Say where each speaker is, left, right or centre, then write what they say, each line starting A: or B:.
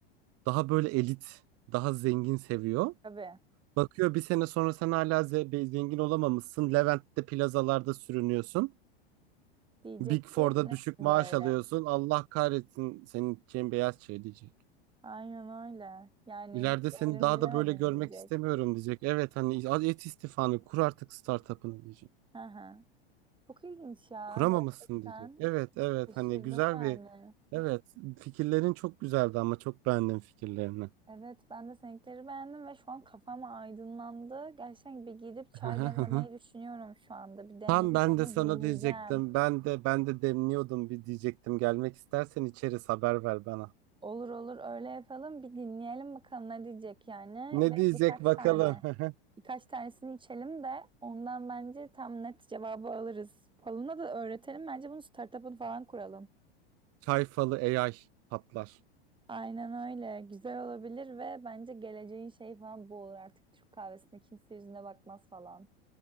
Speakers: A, on the right; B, on the right.
A: Daha böyle elit, daha zengin seviyor.
B: Tabii.
A: Bakıyor bir sene sonra sen hala ze- zengin olamamışsın. Levent'te plazalarda sürünüyorsun.
B: Diyecek
A: Big Four'da
B: ki nesin
A: düşük maaş
B: böyle?
A: alıyorsun. Allah kahretsin senin için beyaz şey diyecek.
B: Aynen öyle. Yani
A: İleride
B: değerimi
A: seni daha
B: bilemedin
A: da böyle görmek
B: diyecek.
A: istemiyorum diyecek. Evet hani al et istifanı kur artık startup'ını diyecek.
B: Hı hı. Çok ilginç ya
A: Kuramamışsın
B: gerçekten.
A: diyecek. Evet evet
B: Evet.
A: hani
B: Şaşırdım
A: güzel
B: yani.
A: bir evet fikirlerin çok güzeldi ama çok beğendim fikirlerini.
B: Evet ben de seninkileri beğendim ve şu an kafam aydınlandı. Gerçekten bir gidip çay
A: <laughs>
B: demlemeyi düşünüyorum şu anda. Bir demleyip
A: Tam ben
B: onu
A: de sana
B: dinleyeceğim.
A: diyecektim. Ben de ben de demliyordum bir diyecektim. Gelmek istersen içeriz haber ver bana.
B: Olur olur öyle yapalım. Bir dinleyelim bakalım ne diyecek yani.
A: Ne
B: Ve
A: diyecek
B: birkaç
A: bakalım.
B: tane
A: <laughs>
B: birkaç tanesini içelim de ondan bence tam net cevabı alırız. Falına da öğretelim. Bence bunu startup'ını falan kuralım.
A: Çay falı AI patlar.
B: Aynen öyle. Güzel olabilir ve bence geleceğin şey falan bu olur. Artık Türk kahvesine kimse yüzüne bakmaz falan.